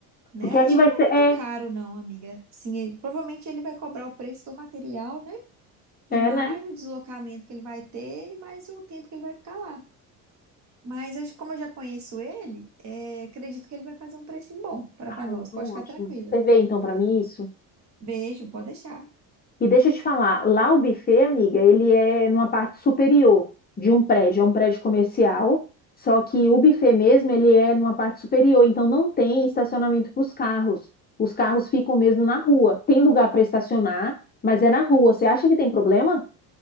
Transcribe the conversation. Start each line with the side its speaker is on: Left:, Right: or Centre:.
Right: né?
Left: Porque aí
Right: Acho
Left: vai
Right: que não
Left: ser.
Right: é muito
Left: É,
Right: caro, não, amiga. Assim, ele- provavelmente ele vai cobrar o preço do material, né?
Left: é,
Right: E mais
Left: né?
Right: o deslocamento que ele vai ter, e mais o tempo que ele vai ficar lá. Mas eu- como eu já conheço ele, é, acredito que ele vai fazer um precinho bom para
Left: Ah,
Right: nós.
Left: então
Right: Pode ficar
Left: ótimo.
Right: tranquila.
Left: Você vê então pra mim isso?
Right: Beijo, pode deixar.
Left: E deixa eu te falar, lá o buffet, amiga, ele é numa parte superior de um prédio, é um prédio comercial, só que o buffet mesmo, ele é numa parte superior, então não tem estacionamento para os carros. Os carros ficam mesmo na rua. Tem lugar para estacionar, mas é na rua. Você acha que tem problema?